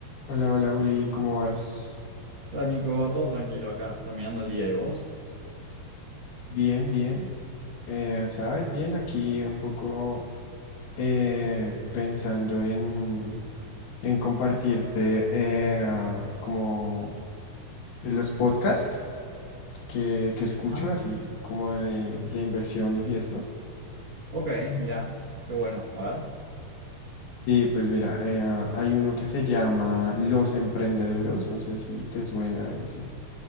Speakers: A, on the left (about 75°); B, on the right (about 45°).
A: Hola, hola Juli, ¿cómo vas?
B: Hola Nico, todo tranquilo acá, terminando el día y vos.
A: Bien, bien. Eh, ¿sabes? Bien, aquí un poco eh, pensando en, en compartirte eh, como los podcasts que, que escucho,
B: Ah,
A: así como de, de inversiones y esto.
B: ok, mirá, qué bueno. A ver,
A: Sí, pues mira, eh, hay uno que se llama Los Emprendeduros, no sé si te suena ese.